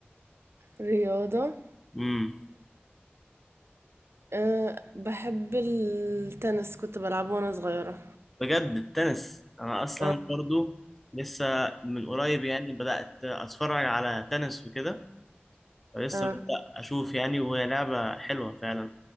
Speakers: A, on the right; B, in the centre.
A: رياضة
B: امم
A: أه بحب التنس كنت بلعبه وانا صغيرة
B: بجد التنس انا اصلا
A: أه.
B: برضو لسه من قريب يعني بدأت اتفرج على تنس وكده فلسه
A: أه.
B: ببدأ اشوف يعني وهي لعبة حلوة فعلا